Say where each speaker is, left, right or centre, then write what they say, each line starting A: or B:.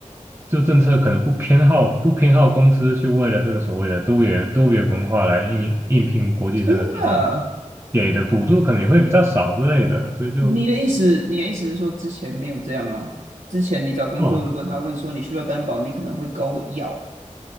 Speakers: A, on the right; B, on the right.
A: 就政策可能不偏好不偏好公司去为了这个所谓的多元多元文化来应应聘国际生的时候，
B: 真的。
A: 给的补助可能也会比较少之类的，所以就
B: 你的意思，你的意思是说之前没有这样吗？之前你找工作，
A: 哦，
B: 如果他问说你需要担保，你可能会勾要。